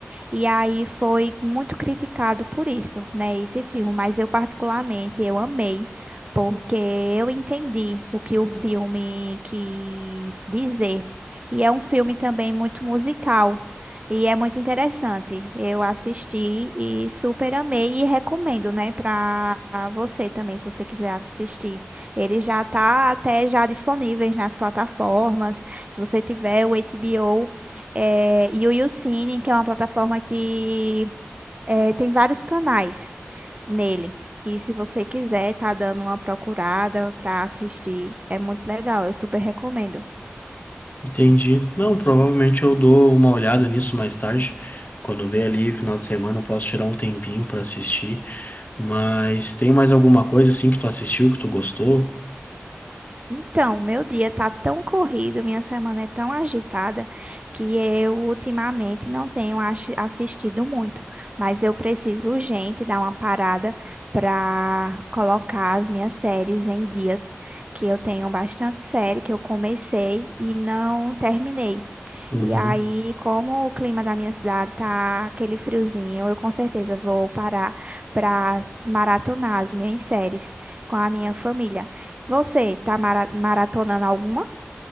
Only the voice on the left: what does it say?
Entendi. Não, provavelmente eu dou uma olhada nisso mais tarde. Quando vier ali final de semana, eu posso tirar um tempinho pra assistir. Mas tem mais alguma coisa assim que tu assistiu, que tu gostou?
Uhum.